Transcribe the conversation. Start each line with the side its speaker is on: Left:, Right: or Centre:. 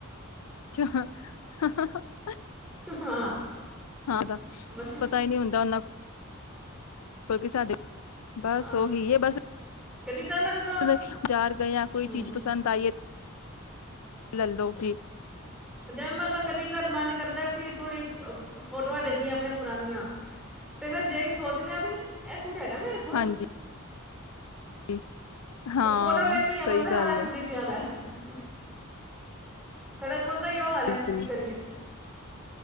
Left: ਹਾਹਾਹਾ
Centre: ਹਾਂ
Left: ਹਾਂ ਤਾਂ,
Centre: ਬਸ
Left: ਪਤਾ ਈ ਨਹੀਂ ਹੁੰਦਾ ਐਨਾ ਕ ਕਿਉਂਕੀ ਸਾਡੇ ਬਸ,
Centre: ਹਾਂ
Left: ਉਹੀ ਹੈ ਬਸ।
Centre: ਕਦੀ ਤਾਂ ਨਾ ਜਦੋਂ
Left: ਬਜ਼ਾਰ ਗਏ ਆ, ਕੋਈ
Centre: ਹੂੰ
Left: ਚੀਜ਼ ਪਸੰਦ ਆਈ ਏ। ਲੈ ਲੋ ਜੀ
Centre: ਜਾ ਮੰਨ ਲਉ, ਕਦੀ ਕਦਾਰ ਮਨ ਕਰਦਾ ਸੀ ਥੋੜੀ ਫੋ-ਫੋਟੋਆਂ ਦੇਖੀਆਂ। ਆਪਣੀਆਂ ਪੁਰਾਣੀਆਂ, ਤੇ ਫੇਰ ਦੇ ਕੇ ਸੋਚਨੇ ਆ ਵੀ, ਇਹ ਸੂਟ ਹੈਗਾ ਮੇਰੇ ਕੋਲ
Left: ਹਾਂਜੀ <unintelligible> ਹਾਂ
Centre: ਉਹ ਫੋਟੋ ਵੇਖ ਹੀ ਯਾਦ
Left: ਸਹੀ
Centre: ਆਂਦਾ।
Left: ਗੱਲ
Centre: ਹਾਂ, ਇਹ ਸੂਟ
Left: ਹੈ
Centre: ਵੀ <unintelligible> ਸੜਕ ਖੁਦ ਦਾ ਹੀ ਉਹ ਹਾਲ ਹੈ।
Left: ਬਿਲਕੁਲ
Centre: ਕੀ ਕਰੀਏ?